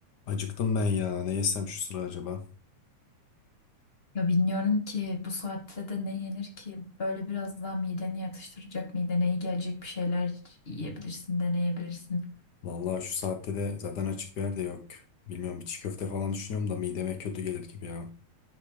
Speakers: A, on the left; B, on the left.
A: Acıktım ben ya. Ne yesem şu sıra acaba?
B: Ya bilmiyorum ki bu saatte de ne yenir ki? Böyle biraz daha mideni yatıştıracak, midene iyi gelecek bir şeyler yiyebilirsin, deneyebilirsin.
A: Vallahi şu saatte de zaten açık bir yer de yok. Bilmiyorum bir çiğ köfte falan düşünüyorum da mideme kötü gelir gibi ya.